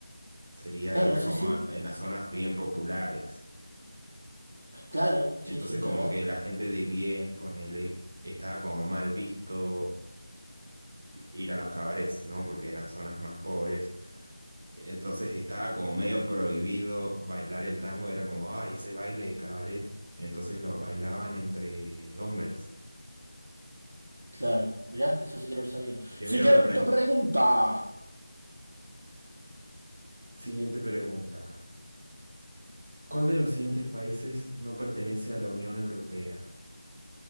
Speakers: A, on the right; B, on the right.
A: Sería
B: Claro,
A: ir a
B: sí,
A: como
B: sí.
A: en las zonas bien populares.
B: Claro,
A: Y
B: sí,
A: entonces
B: sí,
A: como
B: es ¿verdad?
A: que la gente de bien, ponele, estaba como mal visto ir a los cabarets, ¿no? Porque eran zonas más pobres. Entonces estaba como medio prohibido bailar el tango, era como, ay, ese baile de cabaret. Entonces lo bailaban entre hombres.
B: Claro, mirá, eso sí que no lo sabía.
A: Primero
B: Siguiente
A: la apren-
B: pregunta.
A: Siguiente pregunta. ¿Cuál de los siguientes países no pertenece a la Unión Europea?